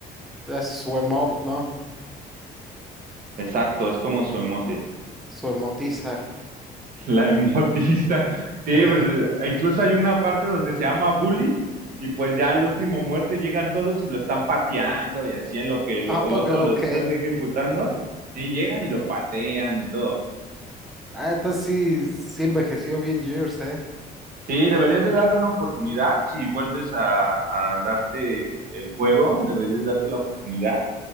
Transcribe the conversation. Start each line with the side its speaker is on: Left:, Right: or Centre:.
Centre: Es su emote, ¿no?
Right: Exacto, es como su emote.
Centre: Su emotiza.
Right: <laughs> La emotiza. Sí,
Centre: Ajá.
Right: pues, incluso hay una parte donde se llama Bully y pues ya al último muerte llegan todos y lo están pateando y así en lo que lo-
Centre: ¿A
Right: el
Centre: poco?
Right: otro lo
Centre: Ok.
Right: está ejecutando. Sí, llegan y lo patean y todo.
Centre: Ah, entonces sí, sí envejeció bien Years, ¿eh?
Right: Sí, deberías de darle una oportunidad si vuelves a, a darte el juego, deberías darte la oportunidad.